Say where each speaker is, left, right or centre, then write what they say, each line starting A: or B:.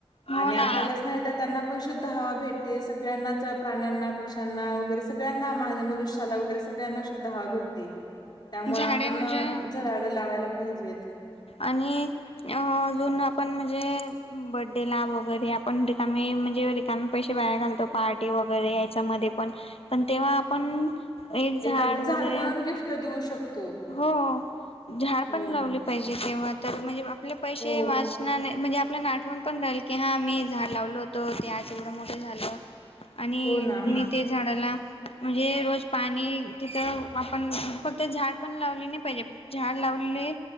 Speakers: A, on the left; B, on the left.
A: हो
B: आणि
A: ना
B: आपल्यालाच नाही तर त्यांना पण शुद्ध हवा भेटते सगळ्यांनाच प्राण्यांना, पक्ष्यांना वगैरे सगळ्यांना मा मनुष्याला वगैरे स ना सुद्धा हवा भेटते त्यामुळे
A: झाडे
B: आपण
A: म्हणजे
B: जराड लावायला पाहिजेत.
A: आणि अ अजून आपण म्हणजे बर््डेला वगैरे आपण रिकाम म्हणजे रिका पैसे बाहेर घालतो पार्टी वगैरे याच्यामध्ये पण पण तेव्हा आपण एक झाड
B: एखादं
A: वगैरे
B: म्हणून गिफ्ट देऊ शकतो.
A: हो झाड
B: हो
A: पण लावली.
B: ना.
A: पाजे तेव्हा तर म्हणजे आपले पैसे
B: हो,
A: वाच म्हणजे आप नाट आठवून पण राहिल की हा मी झाड लावलो होतो ते आज एवढं मोठे झालं आणि
B: हो ना.
A: मी ते झाडाला म्हणजे रोज पाणी तिथं आपण फक्त झाड पण लावली नाही पाहिजे. झाड लावले.